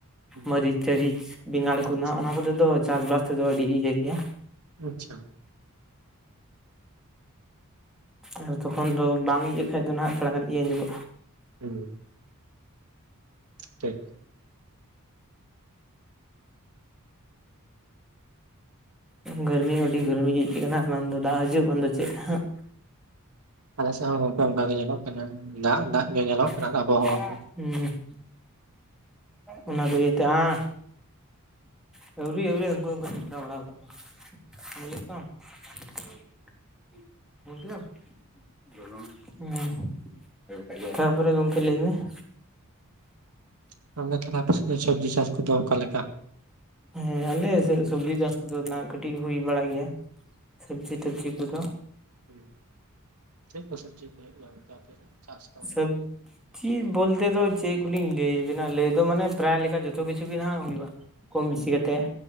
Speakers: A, on the right (about 85°); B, in the centre.
A: ᱦᱩᱸ
B: ᱢᱟᱹᱨᱤᱪᱼᱴᱟᱹᱨᱤᱪ ᱵᱮᱸᱜᱟᱲ ᱠᱚ
A: ᱟᱪᱪᱷᱟ
B: ᱱᱟᱜ ᱚᱱᱟ ᱠᱚᱛᱮ ᱫᱚ ᱪᱟᱥᱵᱟᱥ ᱛᱮᱫᱚ ᱟᱹᱰᱤ ᱤᱭᱟᱹ ᱜᱮᱭᱟ
A: ᱟᱪᱪᱷᱟ
B: ᱟᱨ ᱛᱚᱠᱷᱚᱱ ᱫᱚ ᱵᱟᱝ ᱤᱭᱟᱹᱜ ᱠᱷᱟᱡ ᱫᱚ ᱱᱟᱦᱟᱜ ᱛᱷᱚᱲᱟ ᱜᱟᱱ ᱤᱭᱟᱹ ᱧᱚᱜᱚᱜᱼᱟ
A: <unintelligible> ᱴᱷᱤᱠ <unintelligible>
B: ᱜᱚᱨᱢᱤ ᱦᱚᱸ ᱟᱹᱰᱤ ᱜᱚᱨᱢᱤ ᱜᱮ ᱟᱹᱭᱠᱟᱹᱜ ᱠᱟᱱᱟ ᱵᱟᱝ ᱫᱚ ᱫᱟᱜ ᱦᱟᱹᱡᱩᱜ ᱵᱟᱝ ᱫᱚ ᱪᱮᱫ ᱦᱟᱸᱜ
A: ᱟᱞᱮ ᱥᱮᱫ ᱦᱚᱸ ᱜᱚᱝᱠᱮ ᱚᱱᱠᱟ ᱜᱮ ᱧᱮᱞᱚᱜ ᱠᱟᱱᱟ ᱫᱟᱜ ᱫᱟᱜ ᱜᱮ ᱧᱮᱞᱚᱜ ᱠᱟᱱᱟ
B: <unintelligible>
A: ᱟᱵᱚᱦᱟᱣᱟ ᱠᱚ
B: ᱚᱱᱟ ᱫᱚ ᱤᱭᱟᱹᱛᱮ, ᱦᱟᱸ <unintelligible> <unintelligible> <unintelligible> ᱛᱟᱨᱯᱚᱨᱮ ᱜᱚᱢᱠᱮ ᱞᱟᱹᱭ ᱢᱮ <inaudible>
A: <unintelligible> ᱠᱚᱫᱚ ᱚᱠᱟᱞᱮᱠᱟ
B: ᱦᱮᱸ ᱟᱞᱮ ᱥᱮᱜ‌ ᱥᱚᱵᱽᱡᱤ ᱪᱟᱥ ᱠᱚᱫᱚ ᱱᱟᱜ ᱠᱟᱹᱴᱤᱡ ᱦᱩᱭ ᱵᱟᱲᱟᱜ ᱜᱮᱭᱟ ᱥᱚᱵᱽᱡᱤ ᱴᱚᱵᱽᱡᱤ ᱠᱚᱫᱚ
A: <unintelligible>
B: ᱥᱟᱹᱵᱽ
A: ᱦᱳᱭ
B: ᱪᱮᱫ ᱵᱚᱞᱛᱮ ᱫᱚ ᱪᱮᱫ ᱠᱚᱞᱤᱧ ᱞᱟᱹᱭᱟᱵᱤᱱᱟ ᱞᱟᱹᱭ ᱫᱚ ᱢᱟᱱᱮ ᱯᱨᱟᱭ ᱞᱮᱠᱟ ᱡᱚᱛᱚ ᱠᱤᱪᱷᱩ ᱜᱮ ᱱᱟᱦᱟᱜ ᱦᱩᱭᱩᱜᱼᱟ ᱠᱚᱢ ᱵᱮᱥᱤ
A: ᱦᱩᱸ
B: ᱠᱟᱛᱮᱫ